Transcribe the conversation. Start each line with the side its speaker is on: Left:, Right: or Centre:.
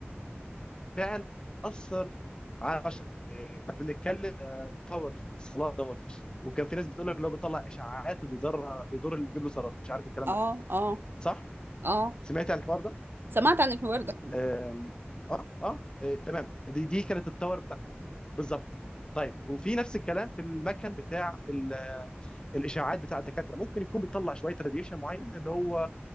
Left: فعلا اثر على البشر إيه، بنتكلم آه، كفر الصلاه دوت في الشتاء. وكان في ناس بتقول لك لو بيطلع اشاعات وبيضر بيضر اللي بيجيب له سرطان مش عارف الكلام ده
Right: اه
Left: كله.
Right: اه
Left: صح؟
Right: اه
Left: سمعت عن الحوار ده؟
Right: سمعت عن الحوار ده
Left: آم، اه اه آه، تمام دي دي كانت التاور بتاعتي بالظبط طيب وفي نفس الكلام في المكن بتاع ال- آه، الاشاعات بتاع الدكاتره ممكن يكون بيطلع شويه راديشن معين اللي هو